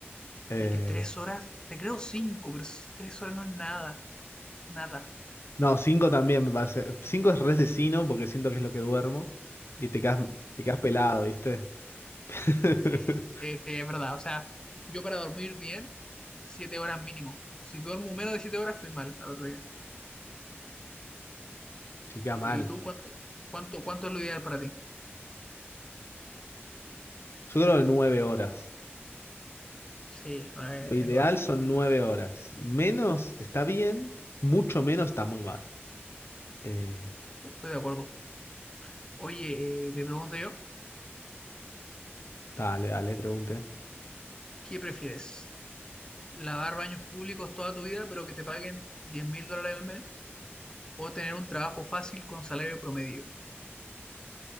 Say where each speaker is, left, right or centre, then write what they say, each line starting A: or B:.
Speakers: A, on the left; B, on the left.
A: Eh,
B: Es que 3 horas, te creo 5, pero s- 3 horas no es nada. Nada.
A: no, cinco también me parece. Cinco es resesino porque siento que es lo que duermo y te quedas, te quedas pelado, ¿viste? <laughs>
B: Sí, sí, sí, es verdad. O sea, yo para dormir bien, siete horas mínimo. Si duermo menos de siete horas, estoy mal al otro día.
A: Te queda mal.
B: ¿Y tú cuánto, cuánto, cuánto es lo ideal para ti?
A: Yo creo que nueve horas.
B: Sí, no, es,
A: Lo ideal
B: es God.
A: son nueve horas. Menos está bien, mucho menos está muy mal. Eh,
B: Estoy de acuerdo. Oye, eh, te pregunto yo,
A: Dale, dale, pregunte.
B: ¿qué prefieres? ¿Lavar baños públicos toda tu vida, pero que te paguen diez mil dólares al mes? ¿O tener un trabajo fácil con salario promedio?